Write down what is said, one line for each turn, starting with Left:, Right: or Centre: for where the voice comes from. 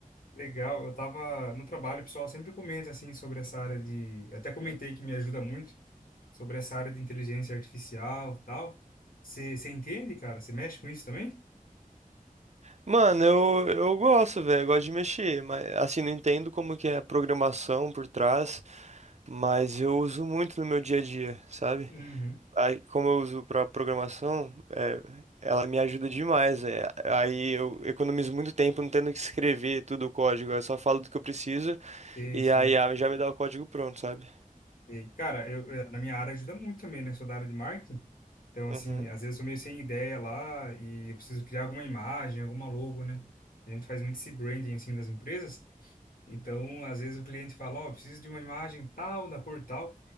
Left: Legal. Eu tava no trabalho, o pessoal sempre comenta assim sobre essa área de, eu até comentei que me ajuda muito sobre essa área de inteligência artificial, e tal. Você você entende, cara? Você mexe com isso também?
Right: Mano, eu, eu gosto, velho, eu gosto de mexer, mas assim, não entendo como que é a programação por trás, mas eu uso muito no meu dia a dia, sabe?
Left: Uhum.
Right: Aí, como eu uso pra programação, é, ela me ajuda demais, é. Aí eu economizo muito tempo não tendo que escrever tudo o código, eu só falo do que eu preciso
Left: Sei,
Right: e
Left: sei.
Right: aí a I A já me dá o código pronto, sabe?
Left: E, cara, eu, eh, na minha área ajuda muito também, né? Sou da área de marketing. Então,
Right: Uhum.
Left: assim, às vezes eu tô meio sem ideia lá e eu preciso criar alguma imagem, alguma logo, né? A gente faz muito esse branding, assim, das empresas. Então, às vezes o cliente fala, ó, preciso de uma imagem tal, da cor tal.